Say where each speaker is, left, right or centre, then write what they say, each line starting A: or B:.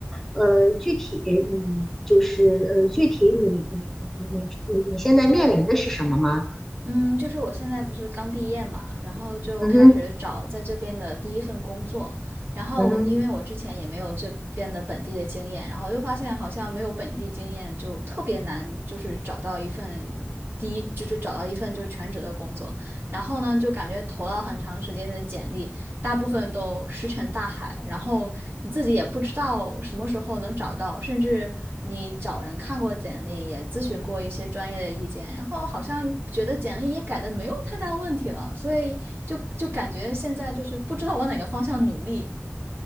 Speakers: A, in the centre; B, on the right.
A: 呃，具体你就是呃，具体你你你你你你现在面临的是什么吗？
B: 嗯，就是我现在不是刚毕业嘛，然后就开始找在这边的第一份工作，
A: 嗯哼，
B: 然后因为我之前也没有这边的本地的经验，
A: 嗯哼，
B: 然后又发现好像没有本地经验就特别难，就是找到一份第一就就找到一份就是全职的工作，然后呢就感觉投了很长时间的简历，大部分都石沉大海，然后你自己也不知道什么时候能找到，甚至你找人看过简历，也咨询过一些专业的意见，然后好像觉得简历也改的没有太大问题了，所以就就感觉现在就是不知道往哪个方向努力。